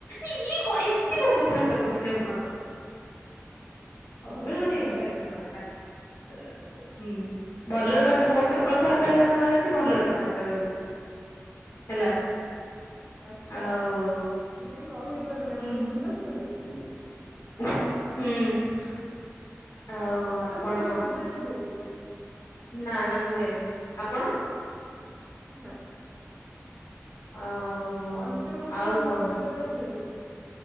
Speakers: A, on the left; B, in the centre.
A: ଇଏ କଣ ଏମିତି କଣ କ ଥାବାର୍ତା କରୁଚନ୍ତି ଆପଣ। ସବୁବେଳେ
B: ଓହୋ
A: ଗୋଟେ ଏମିତିଆ
B: ସରି
A: କଥାବାର୍ତ୍ତା। ହୁଁ ଭଲରେ କଥା ମୋ ସହିତ କଥାବାର୍ତ୍ତା ର କହିବାର ଅଛି ଭଲରେ କଥାବାର୍ତ୍ତା କହିବେ ହେଲା।
B: ଆଛା
A: ଆଉ
B: ମୁଁ କିଛି
A: ହୁଁ
B: କହିପାରୁନି ଆପଣ ବୁଝିପାରୁଛନ୍ତି
A: ହୁଁ। ଆଉ
B: ଅଷ୍ଟଶମ୍ଭୁ
A: ଆପଣ
B: ମନ୍ଦିର ଯାଇଚନ୍ତି?
A: ନା ନା ମୁଁ ଯାଇନି ଆପଣ
B: ନା।
A: ଆଉ
B: ପଞ୍ଚମୁଖୀ
A: ଆଉ
B: ହନୁମାନ
A: କଣ
B: ମନ୍ଦିର ଯାଇଚନ୍ତି।